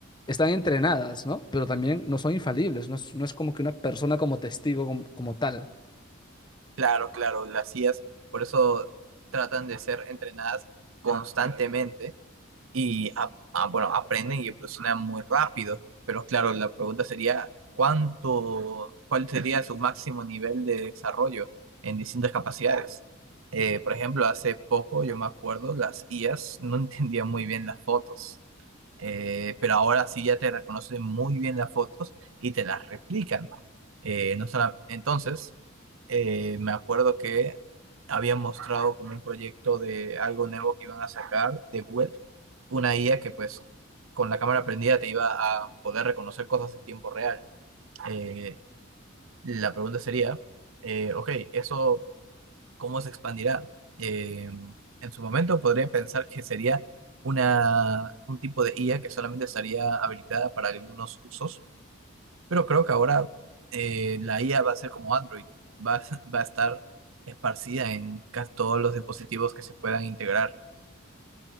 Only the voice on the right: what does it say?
Claro, claro, las IAs, por eso tratan de ser entrenadas constantemente y a- a- bueno, aprenden y evolucionan muy rápido. Pero claro, la pregunta sería, ¿cuánto, cuál sería su máximo nivel de desarrollo en distintas capacidades? Eh, por ejemplo, hace poco, yo me acuerdo, las IAs no <laughs> entendían muy bien las fotos, eh, pero ahora sí ya te reconocen muy bien las fotos y te las replican. Eh, no sola- entonces, eh, me acuerdo que habían mostrado como un proyecto de algo nuevo que iban a sacar de Google una IA que pues con la cámara prendida te iba a poder reconocer cosas en tiempo real. Eh, la pregunta sería, eh, ok, ¿eso cómo se expandirá? Eh, en su momento podría pensar que sería una, un tipo de IA que solamente estaría habilitada para algunos usos, pero creo que ahora eh, la IA va a ser como Android, va, a- <laughs> va a estar esparcida en casi todos los dispositivos que se puedan integrar.